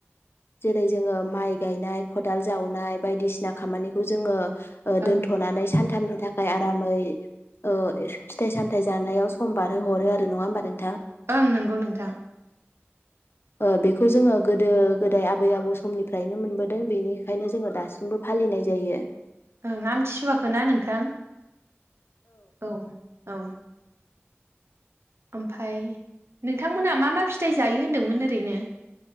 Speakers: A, on the left; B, on the right.
A: जेरै जोङो माइ गायनाय खदाल जावनाय बायदिसिना खामानिखौ जोङो
B: ओं
A: दोन्थनानै सानथामनि था आरामै ओ फिथाइ सामथाय जानायाव सम बारहो हरो आरो नङा होमबा नों?
B: ओं नंगौ नोंथां।
A: ओ बेखौ जोङो गोदो गोदाय आबै आबौ समनिफ्रायनो मोनबोदों बेनिखायनो जोङो दासिमबो फालिनाय जायो‌।
B: ओं आमथिसुवाखो ना नोंथां। औ औ ओमफाय नोंथांमोना मा मा फिथाइ जायो होनदोंमोन ओरैनो?